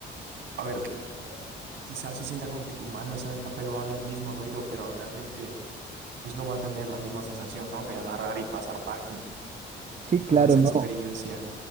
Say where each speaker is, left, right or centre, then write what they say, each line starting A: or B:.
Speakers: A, on the right (about 80°); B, on the right (about 35°).
A: a ver, quizás se sienta como que tu mano está en el papel o haga el mismo ruido, pero realmente pues no va a tener la misma sensación, ¿no? De agarrar y pasar página y
B: Sí,
A: como
B: claro,
A: esa
B: no.
A: experiencia